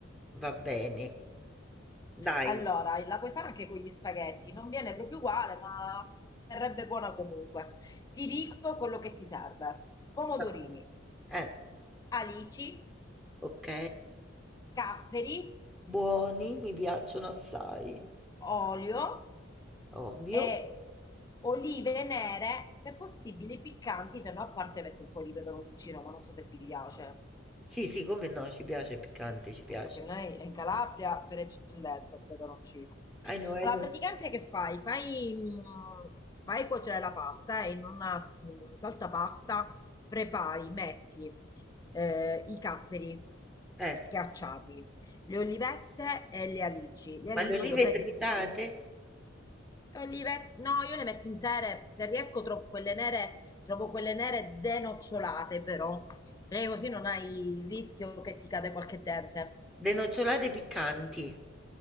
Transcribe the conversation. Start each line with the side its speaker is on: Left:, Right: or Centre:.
Centre: Va bene, dai.
Left: Allora, la puoi fare anche con gli spaghetti, non viene proprio uguale, ma verrebbe buona comunque. Ti dico quello che ti serve: pomodorini,
Centre: Va- Eh,
Left: alici,
Centre: ok.
Left: capperi,
Centre: Buoni, mi piacciono assai,
Left: olio
Centre: ovvio.
Left: e olive nere, se possibile piccanti, se no a parte metto un po' di peperoncino, ma non so se vi piace.
Centre: Sì, sì, come no, ci piace piccante, ci piace.
Left: Eh, Perché noi in Calabria per eccellenza il peperoncino.
Centre: I know, I
Left: Allora,
Centre: know.
Left: praticamente che fai? Fai, mm, fai cuocere la pasta e in una mm, saltapasta prepari, metti eh, i capperi
Centre: Eh,
Left: schiacciati, le olivette e le alici. Le alici
Centre: ma le olive
Left: lo sai
Centre: tritate,
Left: che si... Io li met- no, io le metto intere, se riesco trovo quelle nere, trovo quelle nere denocciolate però, perché così non hai il rischio che ti cade qualche dente.
Centre: denocciolate piccanti.